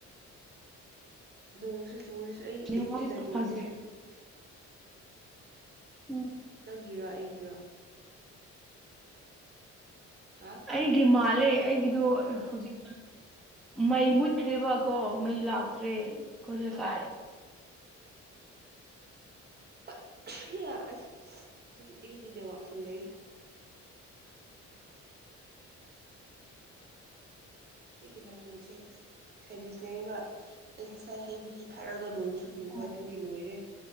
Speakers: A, on the right; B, in the centre.
A: ꯅꯣꯡꯁꯨ ꯆꯨꯔꯁꯨ ꯑꯩ
B: ꯅꯦꯠꯋꯥꯛꯁꯦ
A: ꯑꯩꯒꯤ ꯅꯥꯇꯣꯟꯁꯦ
B: ꯌꯥꯝ ꯐꯖꯗ꯭ꯔꯦ ꯎꯝ
A: ꯅꯪꯒꯤꯔꯣ ꯑꯩꯒꯤꯔꯣ ꯍꯥ
B: ꯑꯩꯒꯤ ꯃꯥꯜꯂꯦ ꯑꯩꯒꯤꯗꯣ ꯍꯧꯖꯤꯛ ꯃꯩ ꯃꯨꯠꯈ꯭ꯔꯦꯕꯀꯣ ꯃꯩ ꯂꯥꯛꯇ꯭ꯔꯦ ꯑꯩꯈꯣꯏ ꯂꯩꯀꯥꯏ
A: ꯑ ꯑꯁ ꯑꯩꯈꯣꯏ ꯑꯩꯒꯤꯗꯤ ꯗꯦꯋꯥ ꯐꯨꯜꯂꯦ ꯑꯩꯒꯤ ꯅꯥꯇꯣꯟꯁꯦ ꯁꯥꯏꯅꯤꯁ ꯂꯩꯔꯒ ꯑꯩ ꯉꯁꯥꯏ ꯍꯩ ꯃꯍꯤ ꯊꯛꯔꯒ ꯅꯣꯡ ꯁꯨꯖꯨꯕ
B: ꯑꯣ
A: ꯑꯗꯨꯒꯤ ꯂꯣꯏꯔꯦ